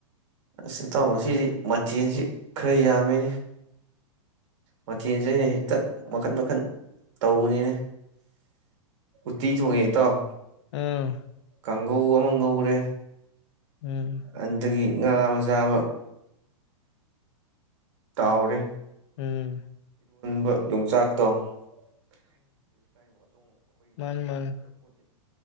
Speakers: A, on the right; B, on the left.
A: ꯎꯟ ꯑꯦꯌꯥꯎ ꯉꯥꯁꯤꯗꯤ ꯊꯦꯟꯁꯤ ꯈꯔꯥ ꯌꯥꯃꯦꯅꯦ ꯃꯊꯦꯟꯁꯦ ꯍꯦꯛꯇꯥ ꯃꯈꯥ ꯃꯈꯥ ꯇꯧꯕꯅꯤꯅꯦ ꯎꯇꯇꯤ ꯊꯣꯪꯒꯦ ꯑꯦꯔꯥꯑꯣ
B: ꯎꯝ
A: ꯀꯥꯡꯒꯧ ꯑꯃ ꯉꯧꯔꯦ
B: ꯎꯝ
A: ꯑꯗꯒꯤ ꯉꯥ ꯃꯆꯥ ꯑꯃꯥ ꯌꯥꯑꯣꯔꯦ
B: ꯎꯟ
A: <unintelligible> ꯌꯣꯡꯆꯥꯛꯇꯣ <unintelligible> <unintelligible>
B: ꯃꯥꯅꯤ ꯃꯥꯅꯤ